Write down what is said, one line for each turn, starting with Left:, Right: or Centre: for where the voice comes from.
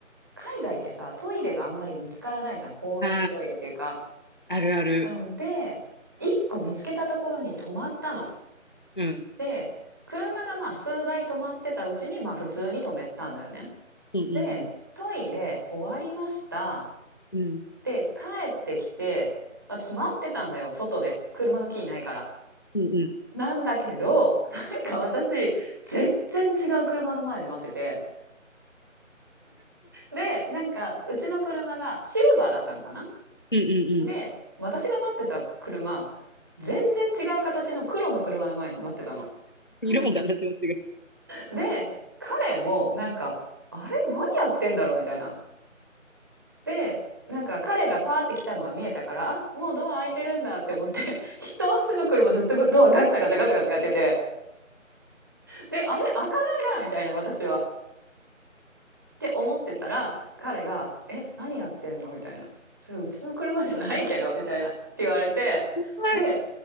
Right: 海外ってさトイレがあんまり見つからないじゃん公衆トイレっていうか。
Left: ああ、あるある。
Right: うんで一個見つけたところに止まったの。
Left: うん。
Right: で車がまあ数台止まってたうちにまあ普通に止めたんだよね。
Left: うんうん
Right: でトイレ終わりました。
Left: うん。うん
Right: で帰ってきて私待ってたんだよ外で車のキーないから。
Left: うんうん。
Right: なんだけど、なんか私、全然違う車の前で待ってて。で、なんか、うちの車がシルバーだったのかな
Left: うんうんうん。
Right: で、私が待ってた車、全然違う形の黒の車の前に待ってたの。<laughs>
Left: 色も形も違う。
Right: で、彼もなんか、あれ何やってんだろうみたいな。で、なんか彼がパーって来たのは見えたから、あ、もうドア開いてるんだって思って、<laughs> 人んちの車ずっとドアガチャガチャガチャガチャやってて、で、あれ開かないなみたいな私は。って思ってたら彼が「え何やってんの?」みたいな「それうちの車じゃないけど」みたいなって言われてで
Left: はい。